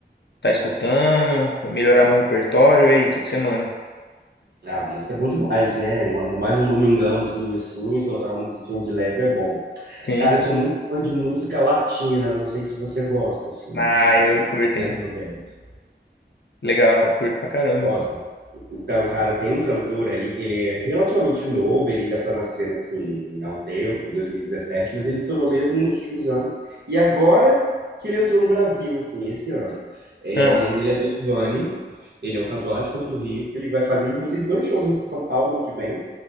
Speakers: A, on the left (about 75°); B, on the right (about 65°).
A: tá escutando, melhorar meu repertório? E aí, o que que você manda?
B: Ah, música é bom demais, né? Ainda mais um domingãozinho assim, colocar uma musiquinha de leve é bom.
A: Sim,
B: Cara,
A: então.
B: eu sou muito fã de música latina, não sei se você gosta, assim,
A: Ah,
B: desses ritmos
A: eu curto,
B: mais
A: hein?
B: modernos.
A: Legal, eu curto pra caramba,
B: Gosta?
A: pô.
B: Então, cara, tem um cantor aí que ele é relativamente novo, ele já tá na cena assim há um tempo, 2017, mas ele estourou mesmo nos últimos anos. E agora que ele entrou no Brasil, assim, esse ano. É,
A: Ah,
B: o nome dele é Bad Bunny, ele é um cantor lá de Porto Rico, ele vai fazer inclusive dois shows em São Paulo ano que vem